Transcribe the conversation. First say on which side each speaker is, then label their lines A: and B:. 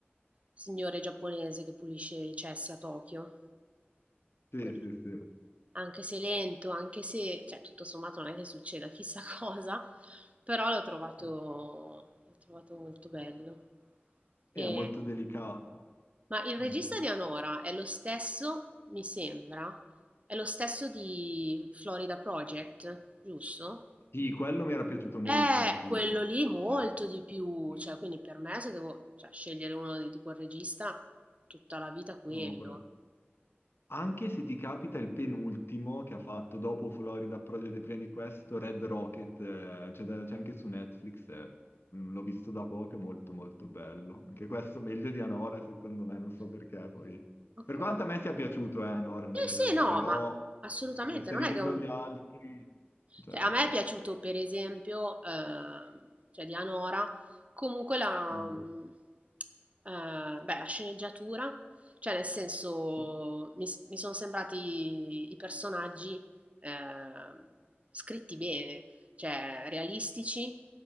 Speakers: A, on the right; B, on the left.
A: signore giapponese che pulisce i cessi a Tokyo.
B: sì,
A: Quello
B: sì,
A: anche se lento, anche se, cioè tutto sommato non è che succeda chissà <laughs> cosa, però l'ho trovato,
B: sì.
A: l'ho trovato molto bello.
B: Sì,
A: E-
B: è molto delicato.
A: ma il
B: Mhm.
A: regista di Anora è lo stesso, mi sembra, è lo stesso di Florida Project, giusto?
B: Sì, quello mi era piaciuto molto
A: Eh,
B: di più.
A: quello
B: come
A: lì molto
B: zero.
A: di più,
B: Sì.
A: cioè quindi per me se devo cioè, scegliere uno di, di quel regista, tutta la vita quello.
B: No, quello. Anche se ti capita il penultimo che ha fatto dopo Florida Project e prima di questo, Red Rocket, eh, c'è da- c'è anche su Netflix, eh, mm, l'ho visto da poco, è molto molto bello. Anche questo meglio di Anora, secondo me, non so perché poi.
A: Ok.
B: Per quanto a me sia piaciuto, eh, Anora, non
A: Sì,
B: è che adesso,
A: sì, no,
B: però
A: ma assolutamente,
B: eh, se
A: non
B: rivedo
A: è che è un...
B: gli altri, cioè
A: Cioè, a me
B: sì.
A: è piaciuto, per esempio, ehm, cioè di Anora, comunque la,
B: Mm.
A: mm, eh, beh, la sceneggiatura, cioè nel senso
B: Sì.
A: mi, s- mi sono sembrati i personaggi ehm, scritti bene, cioè realistici.